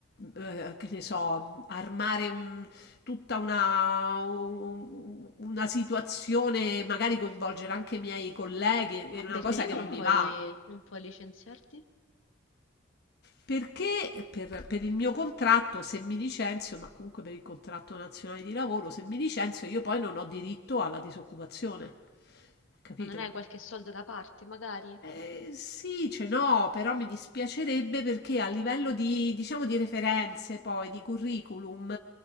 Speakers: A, on the left; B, on the left.
A: eh, che ne so, armare un- tutta una, un- una situazione, magari coinvolgere anche i miei colleghi, è
B: Ma
A: una
B: perché
A: cosa che
B: non
A: non mi
B: puoi,
A: va.
B: non puoi licenziarti?
A: Perché per, per il mio contratto, se mi licenzio, ma comunque per il contratto nazionale di lavoro, se mi licenzio, io poi non ho diritto alla disoccupazione. Capito?
B: Ma non hai qualche soldo da parte, magari?
A: Eh, sì, ce n'ho, però mi dispiacerebbe perché a livello di, diciamo, di referenze, poi di curriculum,